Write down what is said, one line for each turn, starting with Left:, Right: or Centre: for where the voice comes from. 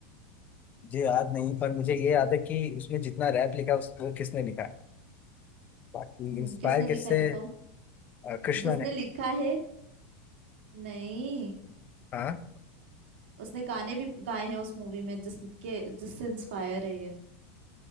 Left: मुझे याद नहीं पर मुझे ये याद है कि उसमें जितना रैप लिखा उस वो किसने लिखा है बाकी
Right: हम्म
Left: इंस्पायर
Right: किसने
Left: किससे
Right: लिखा है बताओ
Left: आ, कृष्णा
Right: जिसने
Left: ने
Right: लिखा है नहीं
Left: हाँ
Right: उसने गाने भी गाए हैं उस मूवी में जिसके जिससे इंस्पायर है ये